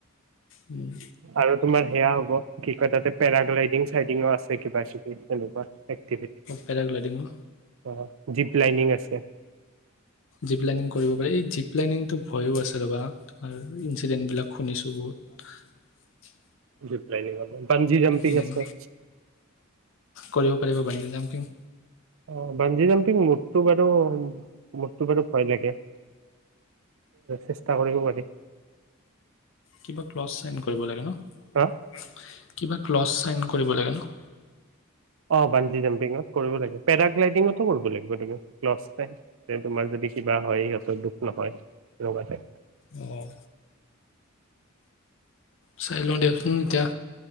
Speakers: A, on the left (about 65°); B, on the right (about 70°).
A: উম,
B: আৰু তোমাৰ সেয়া হ'ব কি কয় তাতে পেৰাগ্লাইডিং চাইডিঙো আছে কিবা কিবি এনেকুৱা এক্টিভিটি
A: পেৰাগ্লাইডিং ন
B: অ জিপ লাইনিং আছে
A: জীপ লাইনিং কৰিব পাৰি জীপ লাইনিং টো ভয়ো আছে ৰ'বা তোমাৰ ইনঞ্চিডেণ্টবিলাক শুনিছোঁ বহুত
B: জীপ লাইনিঙৰ পঞ্জি জম্পিং
A: উম,
B: ও আছে।
A: কৰিব পাৰিব পাঞ্জি জাম্পিং।
B: অ পাঞ্জি জাম্পিং মোৰ টো বাৰু মোৰটো বাৰু ভয় লাগে। চেষ্টা কৰিব পাৰি।
A: কিবা ক্লছ চাইন কৰিব লাগে ন।
B: হা
A: ক্লছ চাইন কৰিব লাগে ন?
B: অ বালটিকেল টি‍ংত কৰিব লাগে পেৰাগ্লাইডিঙতো কৰিব লাগিব লাচ তাইম তেনে তোমাৰ যদি কিবা হয়। দুখ নহয় লগতে
A: অহ চাই লওঁ দিয়াচোন এতিয়া